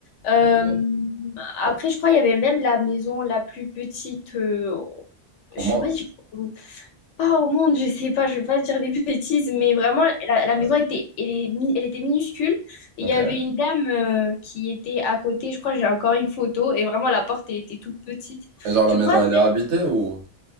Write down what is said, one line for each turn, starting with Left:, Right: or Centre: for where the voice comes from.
Left: Euh,
Right: Ok.
Left: après,
Right: Ouais.
Left: je crois qu'il y avait même la maison la plus petite. euh, je
Right: On monte.
Left: sais pas si pas au monde, je sais pas, je vais pas dire des <laughs> bêtises, mais vraiment, la, la
Right: Ouais.
Left: maison était, elle, est mi- elle était minuscule. Et
Right: Ok.
Left: il y avait une dame euh, qui était à côté. Je crois j'ai encore une photo. Et vraiment, la porte, elle était toute petite.
Right: Et genre,
Left: Je
Right: la
Left: crois.
Right: maison, elle est habitée ou?